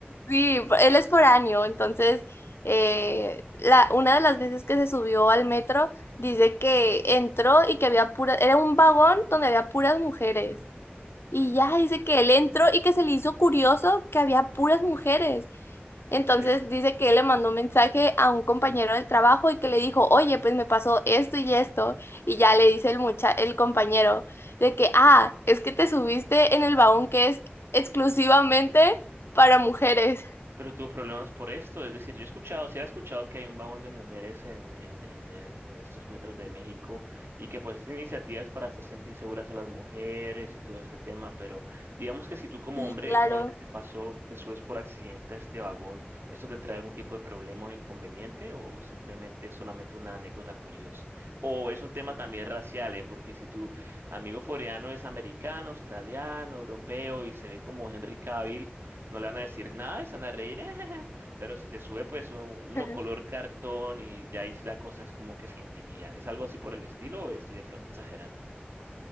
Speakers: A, on the left (about 85°); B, on the right (about 85°).
A: sí, él es foráneo, entonces eh, la, una de las veces que se subió al metro dice que entró y que había puras, era un vagón donde había puras mujeres. Y ya dice que él entró y que se le hizo curioso que había puras mujeres. Entonces
B: es
A: dice que él le mandó un mensaje a un compañero del trabajo y que le dijo, oye, pues me pasó esto y esto. Y ya le dice el mucha el compañero de que, ah, es que te subiste en
B: vagón
A: el vagón que es exclusivamente para mujeres.
B: Pero tuvo problemas por esto, es decir, yo he escuchado, sí he escuchado que hay un vagón de mujeres en, en, en, el- en estos metros de México y que pues es iniciativas para hacer sentir seguras a las mujeres y todo este tema, pero digamos que si tú como
A: Sí,
B: hombre,
A: claro.
B: como lo que te pasó, te subes por accidente a este vagón, ¿esto te trae algún tipo de problema o inconveniente o simplemente es solamente una anécdota curiosa? O es un tema también racial, ¿eh? Porque si tu amigo foreano es americano, australiano, europeo y se ve como Henry Cavill, no le van a decir nada y se van a reír. <laughs> Pero si se sube, pues un- uno
A: <laughs>
B: color cartón y ya ahí sí la cosa es como que se intimidan. ¿Es algo así por el estilo o estoy de pronto exagerando?